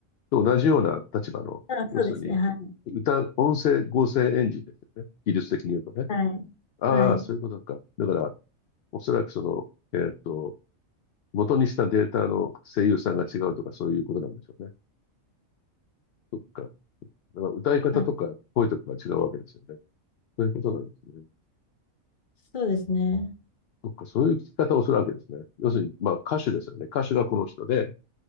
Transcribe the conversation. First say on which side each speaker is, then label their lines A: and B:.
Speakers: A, on the left; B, on the left.
A: と同じような立場の、
B: あ、そうですね。
A: 要する
B: はい。
A: に、歌、音声合成エンジンですよね。技術的に言うとね。
B: はい。
A: ああ、
B: はい。
A: そういうことか。だから、おそらくその、えっと、元にしたデータの声優さんが違うとかそういうことなんでしょうね。そっか。だから歌い方とか声とかが違うわけですよね。
B: はい。
A: そういうことなんですね。
B: そうですね。
A: そっか、そういう聞き方をするわけですね。要するに、まあ歌手ですよね。歌手がこの人で、